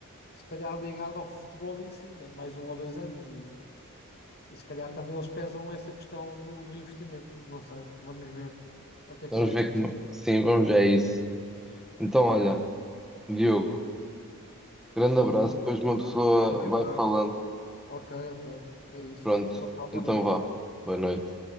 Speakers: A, on the left (about 45°); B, in the centre.
A: se calhar ligado ao futebol em si, né? Mais um ou dois anos e, e se calhar também eles pesam essa questão do, do investimento. Não sei, vamos ver o que é
B: Vamos
A: que vai acontecer.
B: ver como. Sim, vamos, é isso. Então, olha, Diogo, grande
A: Vamos
B: abraço.
A: ver.
B: Depois uma pessoa
A: Vamos ver.
B: vai
A: claro.
B: falando.
A: Ok, ok. É isso.
B: Pronto,
A: Então, vá, boa
B: então
A: noite.
B: vá. Boa noite.